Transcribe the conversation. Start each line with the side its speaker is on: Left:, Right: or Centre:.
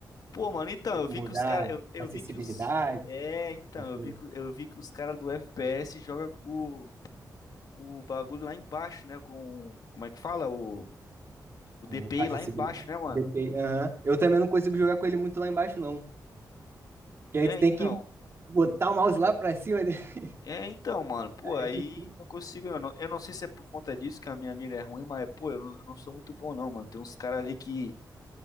Left: Pô, mano, então, eu
Right: Mudar
Left: vi que os caras. Eu, eu
Right: a acessibilidade,
Left: vi que os. É, então,
Right: essas
Left: eu
Right: coisas.
Left: vi que, eu vi que os caras do FPS jogam com, com o bagulho lá embaixo, né? Com. Como é que fala? O, o
Right: Com
Left: DPI
Right: acessibilidade.
Left: lá embaixo, né, mano?
Right: DPI, aham. Eu também não consigo jogar com ele muito lá embaixo, não. Porque
Left: É,
Right: aí tu tem
Left: então.
Right: que botar o mouse lá pra cima dele. <laughs>
Left: É, então, mano. Pô,
Right: Aí
Left: aí
Right: É difícil.
Left: não consigo. Eu não, eu não sei se é por conta disso que a minha mira é ruim, mas, pô, eu não, eu não sou muito bom, não, mano. Tem uns caras ali que.